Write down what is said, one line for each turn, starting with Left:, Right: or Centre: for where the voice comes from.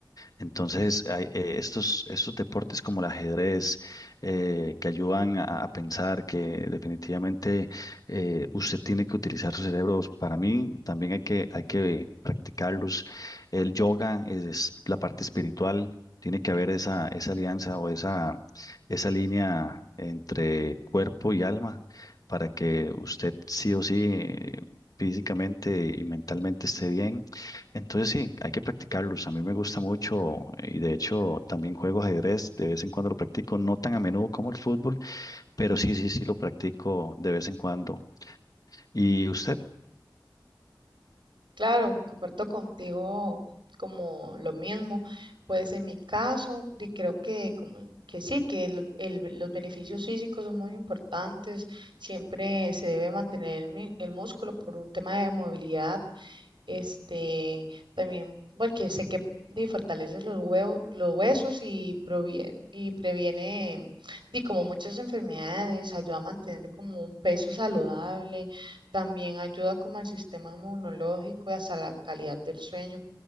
Left: Entonces, hay, eh, estos, estos deportes como el ajedrez, eh, que ayudan a, a pensar que definitivamente eh, usted tiene que utilizar su cerebro, para mí también hay que, hay que practicarlos. El yoga es, es la parte espiritual, tiene que haber esa, esa alianza o esa, esa línea entre cuerpo y alma para que usted sí o sí eh, físicamente y mentalmente esté bien entonces sí, hay que practicarlos. A mí me gusta mucho eh, y de hecho también juego ajedrez, de vez en cuando lo practico, no tan a menudo como el fútbol, pero sí, sí, sí lo practico de vez en cuando. ¿Y usted?
Right: Claro, comparto contigo como lo mismo. Pues en mi caso, di- creo que, como, que sí, que el- el- los beneficios físicos son muy importantes. Siempre se debe mantener el, mi- el músculo por un tema de movilidad. Este, también porque sé que di, fortalece los huevos, los huesos y proviene, y previene di, como muchas enfermedades, ayuda a mantener como un peso saludable, también ayuda como al sistema inmunológico y hasta la calidad del sueño.